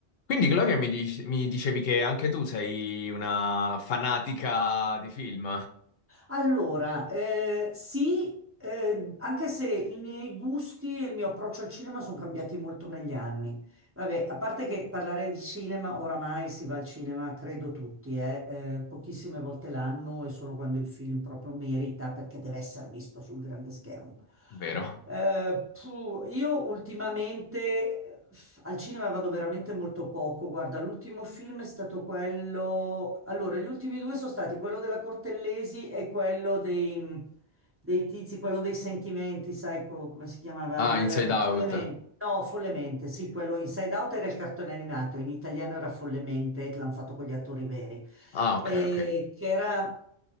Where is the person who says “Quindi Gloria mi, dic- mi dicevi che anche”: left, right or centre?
Left